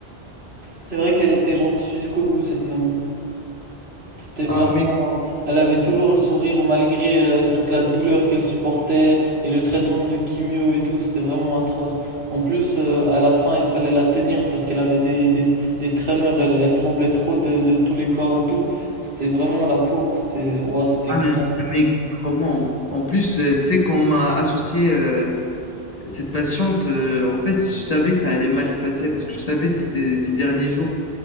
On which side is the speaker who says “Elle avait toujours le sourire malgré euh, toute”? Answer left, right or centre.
Right